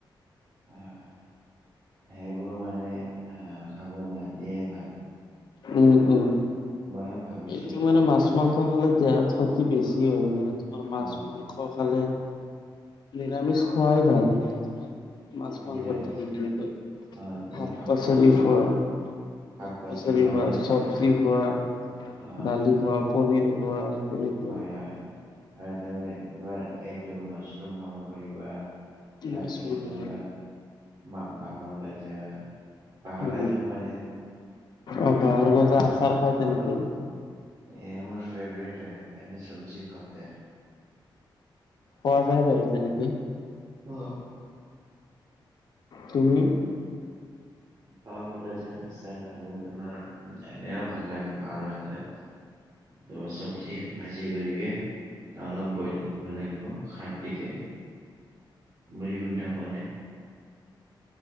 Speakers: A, on the right; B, on the left.
A: হয়, সেইবোৰ মানে খাব বাদ দিয়াই ভাল।
B: উম, উম।
A: মইয়ো ভাবি
B: এইটো মানে মাছ-মাংস খালে গাত শক্তি বেছি হয় মানে, তোমাৰ মাছ-মাং
A: আহ
B: খালে নিৰামিষ খোৱাই ভাল মানে তোমাৰ। মাছ-মাংসত
A: নিৰামিষ
B: থাকি তেনেকৈ
A: আহ তুমি
B: শাক-পাচলি
A: শাক পাচলি
B: খোৱা
A: শাক
B: শাক-পাচলি
A: পাচলি
B: খোৱা,
A: নে
B: চব্জি খোৱা,
A: অ
B: দালি খোৱা, পনিৰ খোৱা, তেনেকুৱা
A: হয়, হয় আৰু তমি-তোমাৰ এইটো মাছৰুম খাব পাৰিবা। তাৰ
B: মাছৰুম
A: পিছত তুমি
B: খোৱা
A: বাহ-বাঁহৰ-গাজা, বাঁহৰ-গাজা
B: উম
A: খোৱা নে?
B: অ, বাঁহৰ-গাজা আচাৰ খাওঁ তেনেকৈ।
A: এই, মোৰ ফেভৰেট হয় এনে চবজি খাওতে।
B: খোৱা যায় বাৰু তেনেকেই
A: অঁ,
B: তুমি?
A: বাঁহৰ-গাজাৰ আছাৰ, আৰু তোমাৰ এনেও ভাল লাগে বাঁহৰ-গাজা। তোমাৰ চব্জি ভাজি কৰিকে। অলপ বইল কৰিব লাগিব, খাৰ দিকে। মূৰী গণ্ডা খোৱা নে?